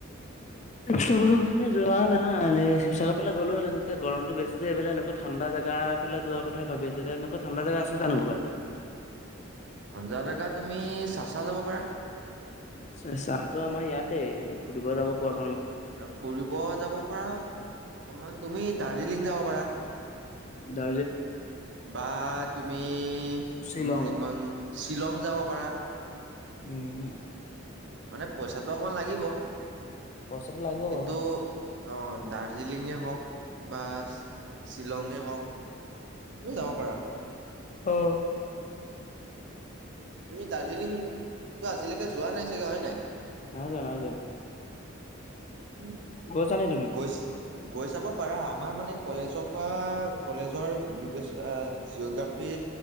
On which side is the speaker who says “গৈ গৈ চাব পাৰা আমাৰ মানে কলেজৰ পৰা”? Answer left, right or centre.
Right